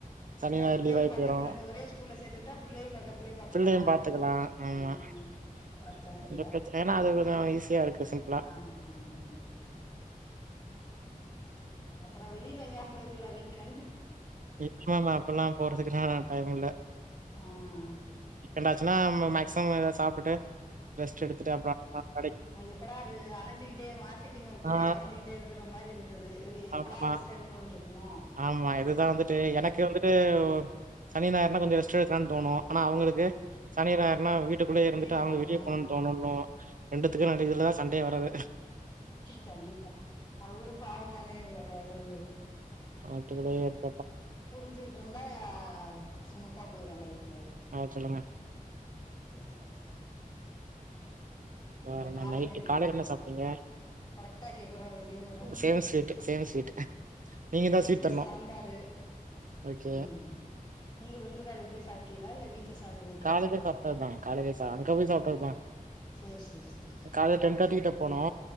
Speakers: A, on the right; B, on the left.
A: சனி
B: ரெண்டாது
A: ஞாயிறு
B: பிள்ளையும்
A: லீவாயி
B: பக்கத்துலருந்து
A: போயிரு
B: ஒரே ஸ்கூல்ல சேத்து வுட்டா பிள்ளையும் பக்கத்துலே பாத்துக்கலா
A: பிள்ளையு பாத்துக்கலா
B: அ
A: ஆமா
B: அ பிரச்சன
A: இந்த
B: இல்ல
A: பிரச்சன ஏன்னா அது கொஞ்சோ ஈஸியா இருக்கு சிம்பிளா
B: ஆமா மா மா ம் அப்றோ வெளில எங்யாம் போய்ருவீளா வீக்கெண்ட்
A: <unintelligible> அப்பல்லாம் போறதுகுலா டைமில்ல
B: அ அ அ
A: வீக்கெண்ட்டாச்சினா மே மேக்சிமம் எதா சாப்டுட்டு ரெஸ்ட் எடுத்துட்டு அப்றோ <unintelligible>
B: அ எப்படா ரு அலஞ்சிகிட்டே மார்கெட்டிங் ஒர்க்
A: ஆ
B: மாரி அலஞ்சிகிட்டே இருக்க மாரி இருக்குது இ எப்படா
A: ஆமா
B: ரெஸ்ட் எடுப் போன் ருக்குமோ
A: ஆமா இதுதா வந்துட்டு எனக்கு வந்துட்டு சனி ஞாயிர்னா கொஞ்சோ ரெஸ்ட் எடுக்லான் தோணு ஆனா அவுங்களுக்கு
B: ஆ,
A: சனி ஞாயிர்னா வீட்டுக்குள்ளே இருந்துட்டு
B: வெளியில
A: அவுங்க
B: போகணும்
A: வெளியப்
B: ஆ,
A: போனுன் தோணுன்னு ரெண்டுத்துக்கு
B: ஆ.
A: நடு இதுலதா சண்டையே வரது
B: கண்டிப்பா அவுளும் பாவந்தானே ஒரளவு
A: ஆட்டுகலேக்
B: புரிஞ்சுகிட்ருந்தா சுமூத்தா போயிரு லைஃப்பு
A: ஆ சொல்லுங்க
B: சேர் செர்
A: வேற
B: அப்ற காலைல
A: நைட்டு
B: என்ன
A: காலையில
B: டிஃபனு
A: சாப்ட்டீங்க
B: கரெக்டா கேக்கற ரெண்டேரா
A: சேம் ஸ்வீட் சேம் ஸ்வீட் நீங்க தான்
B: இட்லி
A: ஸ்வீட் தரணும்
B: சாம்பாரு
A: ஓகே
B: ம் நீங்க விருந்துகார வீட்ல சாப்டீலா இல்ல வீட் ட்ல சாப்டு போய்
A: காலைல சாப்டத்தா காலைல சா அங்க போய் சாப்டத்தா
B: சரி சரி சரி
A: கால்ல டென் தேர்டி கிட்ட போனோ